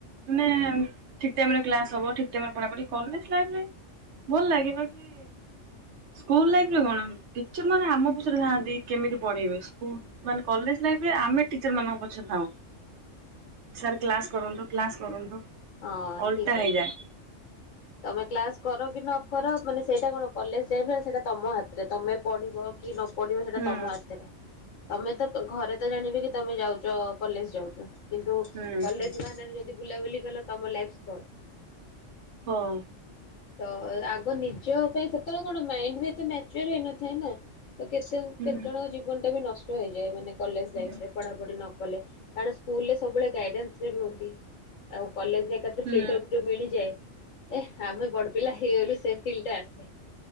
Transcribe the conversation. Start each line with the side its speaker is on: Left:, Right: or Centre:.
Right: ମାନେ ଠିକ ଟାଇମରେ କ୍ଲାସ ହବଠିକ ଟାଇିମରେ ପଢ଼ା ପଡ଼ି କଲେଜ୍‌ ଲାଇଫ୍ ଟା ଭଲ ଲାଗିବ କି ସ୍କୁଲ ଲାଇଫ୍ରେ କଣ ଟିଚର ମାନେ ଆମ ପଛରେ ଧାଆନ୍ତି। କେମିତି ପଢେଇବେ ମାନେ କଲେଜ ଲାଇଫରେ ଆମେ ଟିଚର ମାନଙ୍କୁ ସଥାଉ ସାର୍ କ୍ଲାସ୍ କରନ୍ତୁ କ୍ଲାସ୍ କରନ୍ତୁ
Left: ହଁ
Right: ଓଲଟା
Left: ଠିକ କଥା।
Right: ହେଇଯାଏ।
Left: ତମେ କ୍ଲାସ କର କି ନ କର ମାନେ ସେଇଟା କଣ କଲେଜ ଟାଇ ସେଇଟା ତମ ହାତରେ ତମେ ପଢିବ କି ନ ପଡିବ ସେଇଟା
Right: ହୁଁ
Left: ତମ ହାତରେ ତମେ ତ ଘରେ ତ ଜାଣିବେ କି ତମେ ଯାଉଛ କଲେଜ ଯାଉଛ କିନ୍ତୁ
Right: ହୁଁ
Left: କଲେଜ ବିମାନରେ ଯଦି ବୁଲାବୁଲି କଲ ତମ ଲାଇଫ୍ ସ୍କୋ।
Right: ହଁ।
Left: ତ ଆଗ ନିଜ ପାଇଁ ସେତେବେଳେ କଣ ମାଇଣ୍ଡ ବି ଏତେ ମ୍ୟାଚର ହେଇନଥାଏ ନା। ତ କେତେ
Right: ହୁଁ।
Left: କେତେ ଜଣଙ୍କ ଜୀବନ ଟା ବି ନଷ୍ଟ ହେଇଯାଏ ମାନେ କଲେଜ
Right: ହୁଁ
Left: ଲାଇଫରେ ପଢାପଢି ନ କାରଣ ସ୍କୁଲରେ ସବୁଳେ ଗଇଡାନସ୍ରେ ରୁହନ୍ତି ଆଉ କଲେଜରେ ତାପରେ
Right: ହୁଁ
Left: ଫିଡବ଼ ଯୋଉ ମିଳିଯାଏ ହେ ଆମେ ବଡ ପିଲା ହେଇଗଲୁ ସେ ଫିଲ୍ ଟା ଆସେ